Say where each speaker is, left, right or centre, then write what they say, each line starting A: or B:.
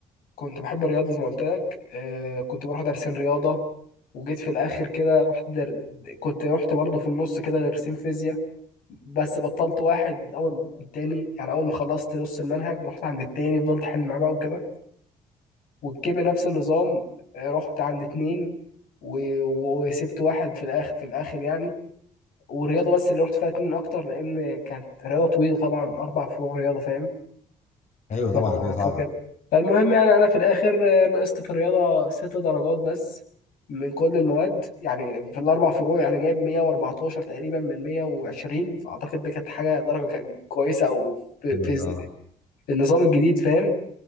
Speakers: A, on the left; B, on the left.
A: كنت بحب الرياضة زي ما قلت لك آه، كنت بروح دارسين رياضة وجيت في الآخر كده رحت در... كنت رحت برضه في النص كده دارسين فيزياء بس بطلت واحد أول ما رحت التاني يعني أول ما خلصت نص المنهج رحت عند التاني فضلت أحل معاه بقى وكده والكيمياء نفس النظام آه، رحت عند اتنين و... وسبت واحد في الآخر في الآخر يعني والرياضه بس اللي رحت فيها اتنين اكتر لان كانت رياضه طويله طبعا اربع فروع رياضه فاهم
B: ايوه
A: ف-
B: طبعا الموضوع صعبة
A: فكانت فالمهم يعني انا في الاخر آه، نقصت في الرياضه ست درجات بس من كل المواد يعني في الاربع فروع يعني جايب 114 تقريبا من 120 فاعتقد دي كانت حاجه درجه كانت كويسه او في,
B: حلوة
A: في,
B: ده اه
A: في النظام الجديد فاهم